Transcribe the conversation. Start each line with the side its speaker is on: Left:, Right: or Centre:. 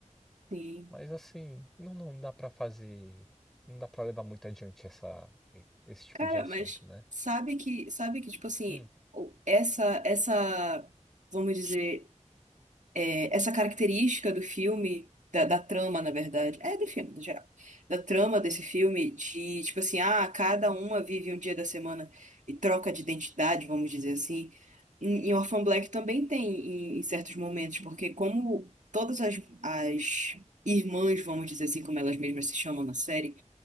Right: Sim.
Centre: Mas assim, não, não dá para fazer, não dá para levar muito adiante essa, esse tipo
Right: Cara,
Centre: de assunto,
Right: mas
Centre: né?
Right: sabe que, sabe que, tipo assim,
Centre: Hum.
Right: o- essa, essa, vamos dizer. é, essa característica do filme, da, da trama, na verdade, é do filme, no geral, da trama desse filme, de tipo assim, ah, cada uma vive um dia da semana e troca de identidade, vamos dizer assim. Em, em Orphan Black também tem em, em certos momentos, porque como todas as, as irmãs, vamos dizer assim, como elas mesmas se chamam na série,